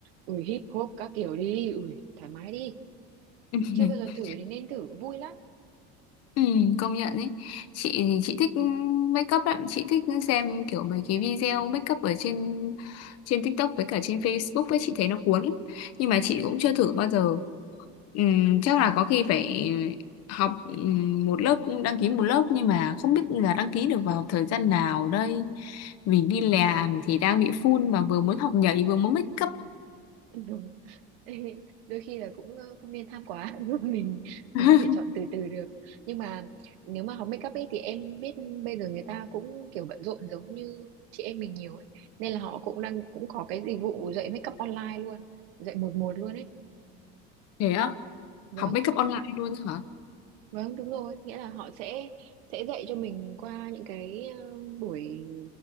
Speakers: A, on the right (about 85°); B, on the left (about 60°).
A: ui hip hop các kiểu đi ui thoải mái đi
B: <laughs>
A: chưa bao giờ thử thì nên thử vui lắm
B: Ừ, công nhận ý chị thì chị thích make up lắm chị thích xem kiểu mấy cái video make up ở trên trên TikTok với cả trên Facebook ấy chị thấy nó cuốn lắm nhưng mà chị cũng chưa thử bao giờ Ừm, chắc là có khi phải học ừm, một lớp đăng ký một lớp nhưng mà không biết là đăng ký được vào thời gian nào đây vì đi làm thì đang bị full mà vừa muốn học nhảy vừa muốn make up
A: Ừ. <laughs> đôi khi là cũng ờ, không nên tham quá <laughs> mình
B: <laughs>
A: mình có thể chọn từ từ được nhưng mà nếu mà học make up ấy thì em biết bây giờ người ta cũng kiểu bận rộn giống như chị em mình nhiều ấy nên là họ cũng đang cũng có cái dịch vụ dạy make up online luôn dạy một một luôn ấy
B: Thế á?
A: vâng
B: Học make up online luôn á hả?
A: Vâng, đúng rồi, nghĩa là họ sẽ sẽ dạy cho mình qua những cái ờ, buổi